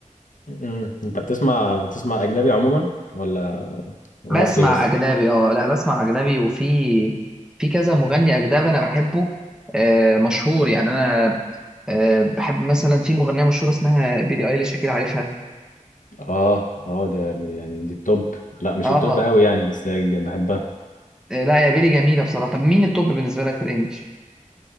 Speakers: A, on the left; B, in the centre.
A: م-م. انت بتسمع بتسمع اجنبي عموما ولا مصري
B: بسمع
A: بس
B: اجنبي اه لا بسمع اجنبي وفي في كذا مغني اجنبي انا بحبه آه مشهور يعني انا آه بحب مثلا في مغنيه مشهوره اسمها بيلي ايليش اكيد عارفها
A: اه اه ده ب- يعني دي التوب لا مش
B: اه
A: التوب قوي يعني بس ج- بحبها
B: آه، لا يا بيلي جميله بصراحه طب مين التوب بالنسبه لك في الانجليش